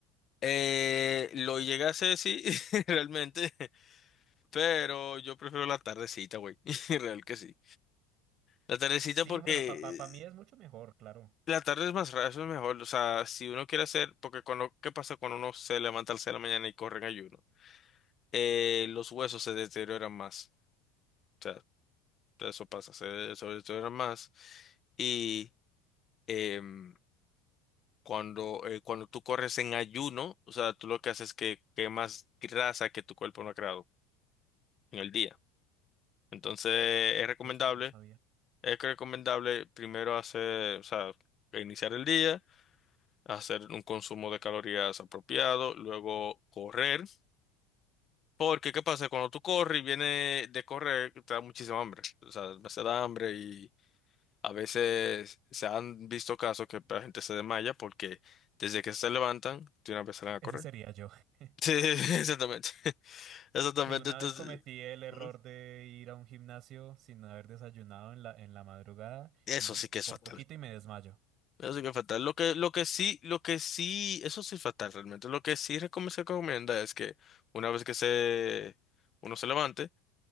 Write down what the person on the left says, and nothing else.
Eh, lo llegué a hacer, sí, <laughs> realmente, pero yo prefiero la tardecita, güey, <laughs> real que sí. La tardecita
porque
La tarde es más rara, eso es mejor. O sea, si uno quiere hacer, porque cuando, ¿qué pasa cuando uno se levanta al 6 de la mañana y corre en ayuno? Eh, los huesos se deterioran más. O sea, eso pasa, se, se deterioran más. Y em, cuando, eh, cuando tú corres en ayuno, o sea, tú lo que haces es que quemas grasa que tu cuerpo no ha creado en el día. Entonces, es
recomendable,
es recomendable primero hacer, o sea, iniciar el día. hacer un consumo de calorías apropiado, luego correr, porque ¿qué pasa? Cuando tú corres y vienes de correr, te da muchísima hambre, o sea, se da hambre y a veces se han visto casos que la gente se desmaya porque desde que se levantan, de una vez salen a
correr.
<laughs> Sí, exactamente, <laughs> exactamente,
entonces...
Ujú.
Eso
sí que es
fatal.
Eso sí que es fatal. Lo que, lo que sí, lo que sí, eso sí es fatal realmente. Lo que sí recom- se recomienda es que una vez que se, uno se levante,